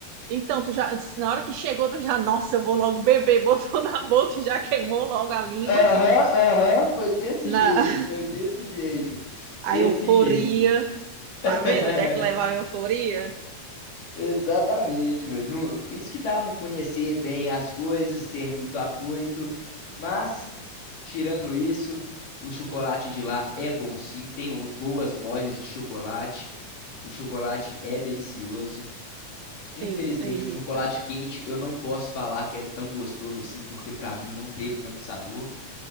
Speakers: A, on the right; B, on the left.
A: Então, tu já, na hora que chegou, tu já, nossa, eu vou logo beber, <laughs> botou na boca, e já queimou logo a língua,
B: Aham, aham, foi desse
A: na
B: jeito,
A: <laughs>
B: foi desse jeito,
A: a
B: desse
A: euforia.
B: jeito. <laughs>
A: Tá vendo onde é que leva a euforia?
B: Exatamente, velho. No- Isso que dá não conhecer bem as coisas, ser muito afoito. Mas, tirando isso, o chocolate de lá é bom sim. Tem lo- boas lojas de chocolate. O chocolate é delicioso. Infelizmente,
A: Ex- Eita.
B: o chocolate quente eu não posso falar que é tão gostoso assim, porque pra mim não teve tanto sabor.